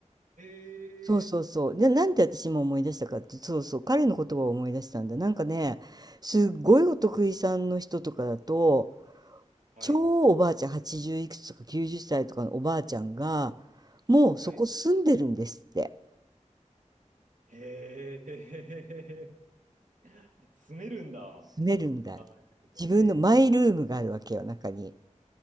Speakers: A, on the right; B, on the right.
A: ー、へえ。
B: そうそうそう。で、なんで私今思い出したかって、そうそう、彼の言葉を思い出したんだ。なんかね、すっごいお得意さんの人とかだと、
A: はい、
B: 超おばあちゃん、80いくつとか90歳とかのおばあちゃんが、もうそこ住んでるんですって。
A: はい。へえ。<laughs> 住めるんだ。あ
B: 住めるんだよ。
A: あいうところ、
B: 自分のマイルームがあるわけよ、
A: へえ。
B: 中に。